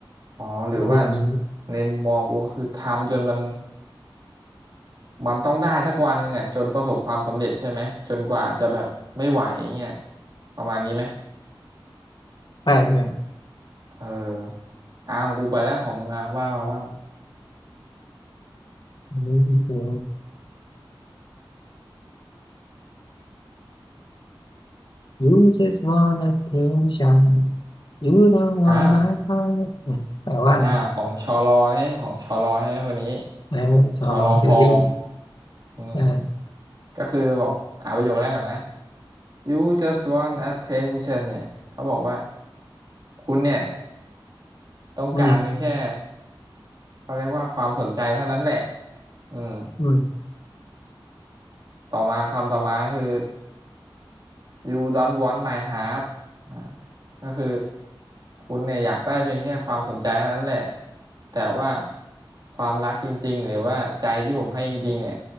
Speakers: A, on the right; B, on the left.
A: อ๋อหรือว่า
B: อาจจะเป็นอย่างนี้
A: ในมุมมองกูก็คือทำจนมันมันต้องได้สักวันหนึ่งอ่ะจนประสบความสำเร็จใช่ไหมจนกว่าจะแบบไม่ไหวเงี้ยประมาณนี้ไหม
B: ไปแบบ
A: เอออ่าของกูไปแล้วของมึงอ่ะว่ามาบ้าง
B: นี้ <laughs> คือ You just want attention You don't want
A: อ้าว
B: my heart เนี่ยแปลว่าอะไร
A: อ่าของชอรอเนี่ยของชอรอใช่ไหมคนนี้
B: นะเป็นชอวลองซีรีส์
A: ชอรอพออืม
B: ใช่
A: ก็คือบอกอ่าประโยคแรกก่อนนะ You just want attention เนี่ยเขาบอกว่าคุณเนี่ยต้องการเพียงแค่
B: อืม
A: เขาเรียกว่าความสนใจเท่านั้นแหละอืม
B: อืม
A: ต่อมาคำต่อมาคือ you don't want my heart อ่าก็คือคุณเนี่ยอยากได้เพียงแค่ความสนใจเท่านั้นแหละ แต่ว่าความรักจริงๆหรือว่าใจที่ผมให้จริงๆเนี่ย